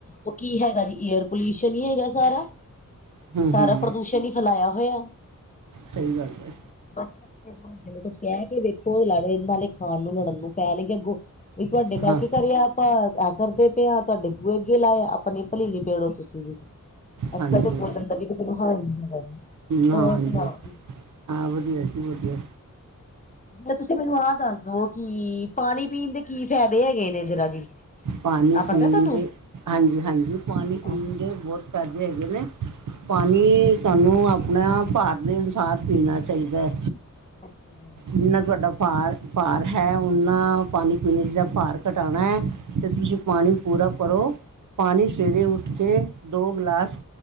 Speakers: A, on the left; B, on the right.
A: ਉਹ ਕੀ ਹੈਗਾ ਜੀ ਏਅਰ ਪੋਲਿਊਸ਼ਨ ਹੀ ਹੈਗਾ ਸਾਰਾ -ਸਾਰਾ
B: ਹੂੰ ਹੂੰ
A: ਪ੍ਰਦੂਸ਼ਣ ਹੀ ਫੈਲਾਇਆ ਹੋਇਆਂ
B: ਸਹੀ ਗੱਲ ਏ।
A: <inaudible> ਕੁੱਛ ਕਹਿ ਕੇ ਵੇਖੋ ਲੜਨ ਵਾਲੇ ਖ਼ਾਣ ਨੂੰ ਲੜਨ ਨੂੰ ਪੈਂਣਗੇ ਅੱਗੋਂ ਵੀ ਤੁਹਾਡੇ
B: ਹਾਂ
A: ਕੀ ਕਰਏ ਆਪਾਂ ਐ ਕਰਦੇ ਪਏ ਆ ਤੁਹਾਡੇ ਬੂਹੇ ਅੱਗੇ ਲਾਏ ਆ, ਆਪਣੀ ਭਲੀਵੀ ਪੇੜੋ ਤੁਸੀਂ ਵੀ ਅੱਜ਼
B: ਹਾਂਜੀ
A: -ਕਲ ਤਾਂ ਬੋਲਣ ਦਾ ਵੀ ਕਿਸੇ ਨੂੰ ਹਾਲ ਨੀ ਹੈਗਾ,
B: ਹਾਂਜੀ
A: ਹੋਰ ਸੁਣਾਓ।
B: ਹਾਂ ਵਧੀਆਂ ਜੀ ਵਧੀਆਂ।
A: ਫੇਰ ਤੁਸੀਂ ਮੈਂਨੂੰ ਆਹ ਦੱਸਦੋ ਕਿ ਪਾਨੀ ਪੀਣ ਦੇ ਕੀ ਫਾਇਦੇ ਹੈਗੇ ਨੇ ਜ਼ਰਾ ਜੀ।
B: ਪਾਣੀ
A: ਆਹ ਪਤਾ
B: ਪੀਣ
A: ਤੁਹਾਨੂੰ?
B: ਦੇ ਹਾਂਜੀ- ਹਾਂਜੀ ਪਾਣੀ
A: ਅੱਛਾ
B: ਪੀਣ ਦੇ ਬਹੁਤ ਫਾਇਦੇ ਹੈਗੇ ਨੇਂ। ਪਾਣੀ ਤੁਹਾਂਨੂੰ ਆਪਣਾਂ ਭਾਰ ਦੇ ਅਨੁਸਾਰ ਪੀਣਾ ਚਾਹੀਂਦਾ ਏਂ।
A: <inaudible>
B: ਜਿੰਨਾ ਤੁਹਾਡਾ ਭਾਰ- ਭਾਰ ਹੈਂ ਓਨਾ ਪਾਣੀ ਪੀਣਾ ਜਿੱਦਾਂ ਭਾਰ ਘਟਾਣਾ ਐ। ਤੇ ਤੁਸੀਂ ਪਾਣੀ ਪੂਰਾ ਕਰੋਂ, ਪਾਣੀ ਸਵੇਰੇ ਉੱਠ ਕੇ ਦੋ ਗਿਲਾਸ।